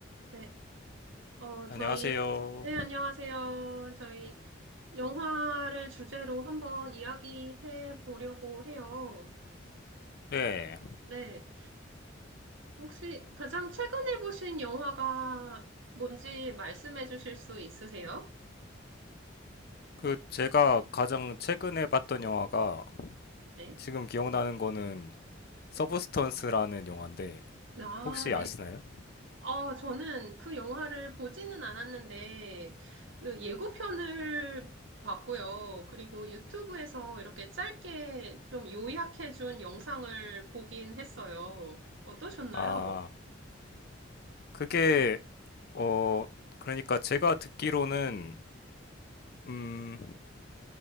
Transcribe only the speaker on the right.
네, 어, 저희,
네, 안녕하세요. 저희 영화를 주제로 한번 이야기해 보려고 해요.
네, 혹시 가장 최근에 보신 영화가 뭔지 말씀해 주실 수 있으세요?
네.
아,
네.
어, 저는 그 영화를 보지는 않았는데, 그 예고편을 봤고요. 그리고 유튜브에서 이렇게 짧게 좀 요약해준 영상을 보긴 했어요. 어떠셨나요?